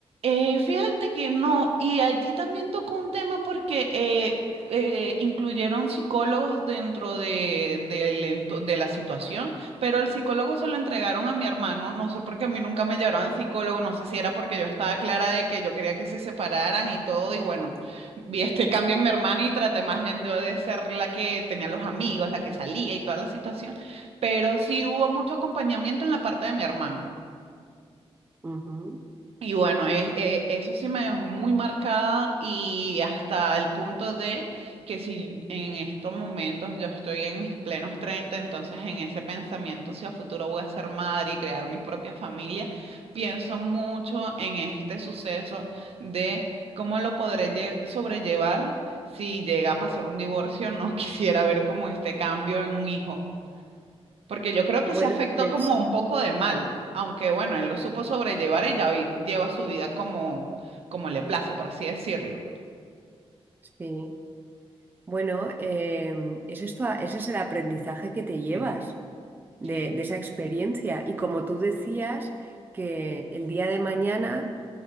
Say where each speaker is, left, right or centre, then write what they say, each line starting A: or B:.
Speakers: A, on the right (about 70°); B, on the right (about 20°).
A: Eh, fíjate que no, y allí también tocó un tema porque eh, eh, incluyeron psicólogos dentro de, del ento- de la situación, pero el psicólogo se lo entregaron a mi hermano, no sé por qué a mí nunca me llevaron al psicólogo, no sé si era porque yo estaba clara de que yo quería que se separaran y todo, y bueno, vi este cambio en mi hermano y traté más bien yo de ser la que tenía los amigos, la que salía y toda la situación, pero sí hubo mucho acompañamiento en la parte de mi hermano.
B: Ujú.
A: Y bueno, es- eh, eso sí me dejó muy marcada y hasta el punto de que si en estos momentos yo estoy en mis plenos 30, entonces en ese pensamiento si a futuro voy a ser madre y crear mi propia familia, pienso mucho en este suceso de cómo lo podré lle- sobrellevar si llega a pasar un divorcio, no <laughs> quisiera ver como este cambio en un hijo. Porque yo creo que
B: Bueno,
A: se afectó
B: pues
A: como un poco de mal, aunque bueno, él lo supo sobrellevar y ya hoy lleva su vida como, como le place, por así decirlo.
B: sí. Bueno, eh, es esto, ese es el aprendizaje que te llevas.
A: Sí.
B: de,
A: Sí,
B: de esa experiencia. Y como tú decías, que el día de mañana,